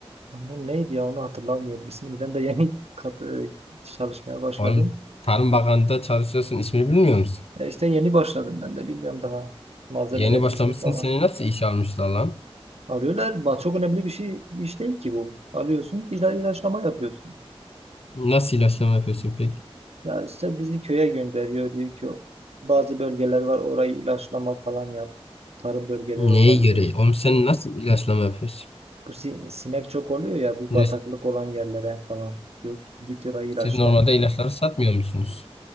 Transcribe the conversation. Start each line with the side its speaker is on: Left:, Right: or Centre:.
Right: Onun neydi ya onu hatırlamıyorum. İsmini ben de <laughs> yeni kat, e, çalışmaya başladım.
Left: Oğlum Tarım Bakanlığı'nda çalışıyorsun. İsmini bilmiyor musun?
Right: Ya işte yeni başladım ben de. Bilmiyorum daha malzemelerin
Left: Yeni başlamışsın.
Right: ismi falan.
Left: Seni nasıl işe almışlar lan?
Right: Arıyorlar. Ba- Çok önemli bir şey iş değil ki bu. Alıyorsun, ila- ilaçlama yapıyorsun.
Left: Nasıl ilaçlama yapıyorsun peki?
Right: Ya işte bizi köye gönderiyor diyor ki bazı bölgeler var orayı ilaçlama falan yap. Tarım bölgeleri
Left: Neye
Right: olabilir.
Left: göre? Oğlum sen nasıl ilaçlama yapıyorsun?
Right: Bu si- sinek çok oluyor ya bu
Left: Siz
Right: bataklık olan yerlere falan. Yok git orayı ilaçla.
Left: siz normalde ilaçları satmıyor musunuz?